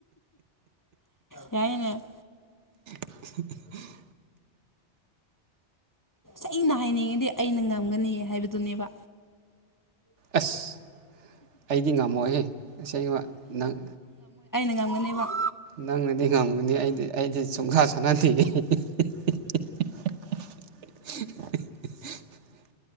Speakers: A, on the left (about 25°); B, on the right (about 80°).
A: ꯌꯥꯏꯅꯦ
B: <unintelligible>
A: ꯑ ꯑꯩꯅ ꯍꯥꯏꯅꯤꯡꯉꯤꯗꯤ ꯑꯩꯅ ꯉꯝꯒꯅꯤ ꯍꯥꯏꯕꯗꯨꯅꯦꯕ
B: ꯑꯁ ꯑꯩꯗꯤ ꯉꯝꯃꯣꯍꯦ ꯉꯁ ꯅꯪ
A: ꯃꯌꯥꯝꯥꯡ ꯃꯅꯨꯡꯕꯣ
B: ꯅꯪꯅꯗꯤ ꯉꯝꯒꯅꯤ ꯑꯩꯗꯤ ꯑꯩꯗꯤ ꯁꯨꯡꯁꯥ ꯁꯥꯟꯅꯗꯦ <unintelligible>